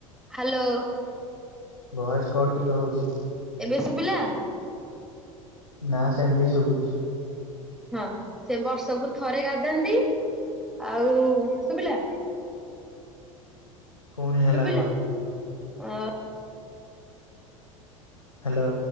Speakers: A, in the centre; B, on the left.
A: ହାଲୋ।
B: ଭହେଶ୍ କଟ ଟିକେ ହଉଚି।
A: ଏବେ ଶୁଭିଲା।
B: ନା ସେମିତି ଶୁଭୁଛୁ।
A: ହଁ ସେ ବର୍ଷକୁ ଥରେ ଗାଧାନ୍ତି ଆଉ ଶୁଭିଲା।
B: ପୁଣି
A: ସୁବିଲା
B: ହେଲା କଟ
A: ଆଁ
B: ହାଲୋ।